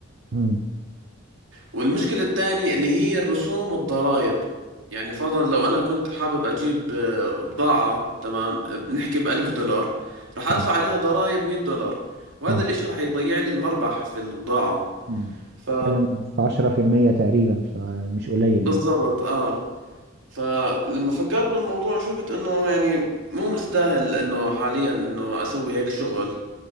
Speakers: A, on the right; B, on the right.
A: امم
B: والمشكلة الثانية اللي هي الرسوم والضرائب يعني فرضا لو انا كنت حابب اجيب آه، بضاعة تمام بنحكي بألف دولار رح ادفع
A: اه
B: عليها ضرائب 100 دولار وهذا
A: اه
B: الاشي رح يضيع لي المربح في البضاعة
A: مم.
B: ف
A: بتتكلم في عشرة في المية تقريبا فمش قليل
B: بالضبط
A: برضه
B: اه فلما فكرت بالموضوع شفت انه يعني مو مستاهل انه حاليا انه اسوي هيك شغل